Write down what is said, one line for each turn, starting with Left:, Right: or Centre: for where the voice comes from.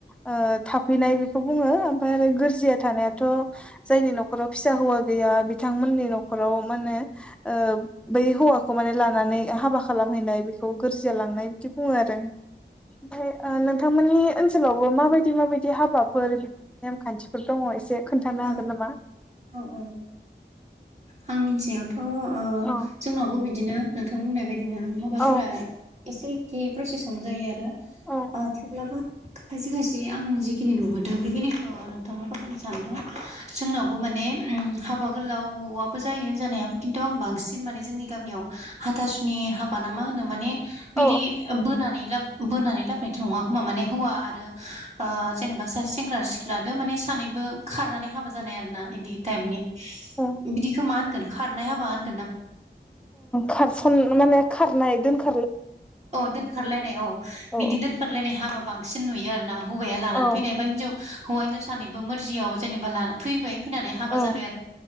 Centre: ओ थाफैनाय बेखौ बुङो। ओमफ्राय आरो गोरजिया थानायाथ' जायनि न'खराव फिसा हौवा गैया, बिथांमोननि न'खराव मान होने ओ बै हौ हौवाखौ माने लानानै हाबा खालामहैनाय बे खौ गोरजिया लांनाय
Right: औ
Centre: बिदि बुङो आरो। ओमफ्राय नोंथांमोननि ओनसोलावबो माबायदि माबायदि हाबाफोर नेमखान्थिफोर दङ एसे खोन्थानो
Right: औ
Centre: हागोन नामा?
Right: औ आं मिथिनायावथ' ओ
Centre: औ
Right: जोंनावबो बिदिनो नोंथांमोननाय बायदि बिदिनो माबाफोरा
Centre: औ
Right: एसेखेै प्रसेसावनो जायो आरो
Centre: औ
Right: आ थेवब्लाबो खायसे खायसे आं जिखिनि नुहुरदों बेखिनिखौ नोंथांनो फोरमायनो सानदों जोंनावबो माने उम हाबा गोलावबो जायो जानायाबो खिन्थु आं बांसिन माने जोंनि गामि आव हाथासुनि हाबा मा होनो माने बिदि
Centre: औ
Right: बोनानै लाबो नायथ' नङा होमा माने हौवा आरो ओ जेनेबा सासे सेंग्रा सिख्लाद माने सानैबो खारनानै हाबा जानाय आरो ना बिदि टाइपनि
Centre: औ
Right: बिदिखौ मा होनगोन खारनाय हाबा होन
Centre: खारसन माने खारनायोन दोनखारनाय
Right: औ दोनखारलायनाय औ
Centre: औ
Right: बिदि दोनखारलायनाय हाबा बांसिन नुयो आरोना हौवाया लानानै
Centre: औ
Right: फैनाया हिनजाव हौवा हिनजाव सानैबो मोरजियाव जेनेबा लाना फैबाय फैनानै हाबा
Centre: औ
Right: जाबाय आरो